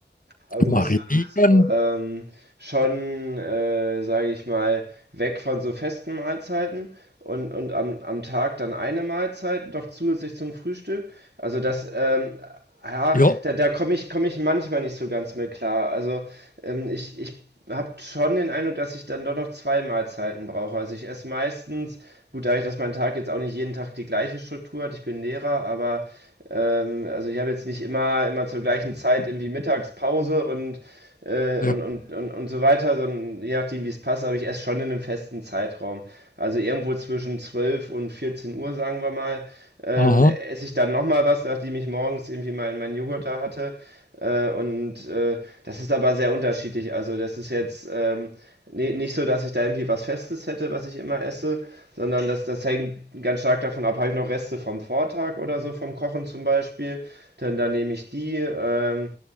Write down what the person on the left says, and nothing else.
marinieren.
Ja,
ja,
aha,